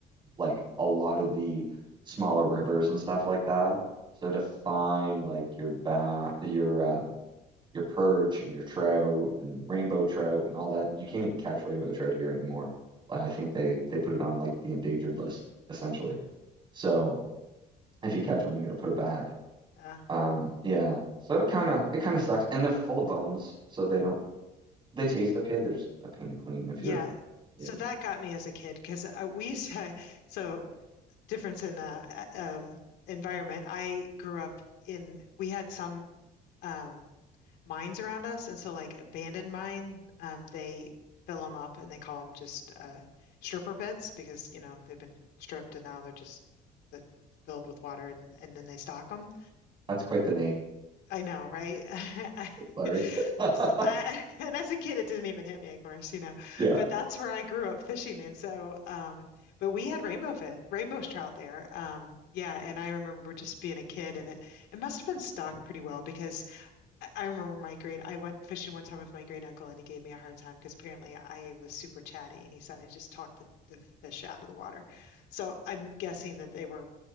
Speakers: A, on the right; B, on the left.
A: like a lot of the smaller rivers and stuff like that. So to find like your ba your uh, your perch and your trout and rainbow trout and all that. You can't even catch rainbow trout here anymore. Like, I think they they put it on like the endangered list essentially. So if you catch one, you got to put it back.
B: Uh,
A: Um, yeah. So it kind of it kind of sucks, and they're full of bones, so they don't they taste okay. They're just a pain to clean if
B: Yeah.
A: you're. Yeah,
B: So that got me as a kid because uh, we used to, <laughs> so difference in uh, a- um, environment. I grew up in, we had some um, mines around us. And so, like, abandoned mine, um, they fill them up and they call them just uh, stripper pits because, you know, they've been stripped and now they're just that filled with water and, and then they stock them.
A: that's quite the name.
B: I know, right? <laughs> I,
A: Sorry. <laughs>
B: so I, <laughs> and as a kid, it didn't even hit me, of course, you know.
A: Yeah,
B: But that's where I grew up fishing, and so, um, but we had rainbow fish, rainbow trout there. Um, yeah, and I remember just being a kid, and it it must have been stocked pretty well because I I remember my great. I went fishing one time with my great uncle, and he gave me a hard time because apparently I was super chatty, and he said I just talked the, the fish out of the water. So I'm guessing that they were